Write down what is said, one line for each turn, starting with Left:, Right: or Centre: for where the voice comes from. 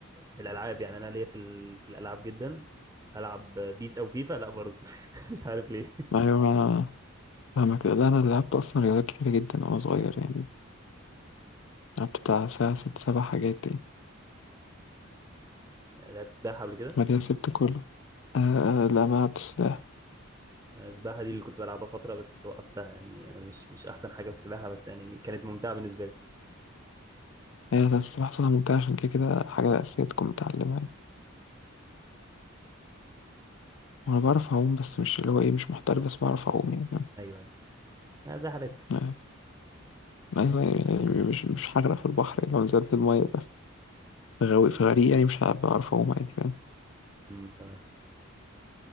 Right: الالعاب يعني انا ليا في ال- في الالعاب جدا العب بيس او فيفا لا برضه <laughs> مش عارف ليه
Left: أيوة ما أنا فاهمك لا أنا لعبت أصلا رياضات كتير جدا وأنا صغير يعني
Right: <laughs>
Left: لعبت بتاع ساعة ست سبع حاجات يعني
Right: لعبت سباحة قبل كده
Left: بعدها سبت كله آه آه، لا ما لعبتش سباحة
Right: السباحة دي اللي كنت بلعبها فترة بس وقفتها يعني أنا مش مش أحسن حاجة في السباحة بس يعني كانت ممتعة بالنسبة لي
Left: هي بس السباحة صراحة ممتعة عشان كده كده حاجة أساسية تكون متعلمها يعني أنا بعرف أعوم بس مش اللي هو إيه مش محترف بس بعرف أعوم يعني فاهم؟
Right: أيوه أيوه آه، زي حالاتي
Left: آه، أيوة يعني مش مش هغرق في البحر يعني لو نزلت المية بقى. في غوي في غريق يعني مش هبقى أعرف أعوم عادي فاهم
Right: أمم، تمام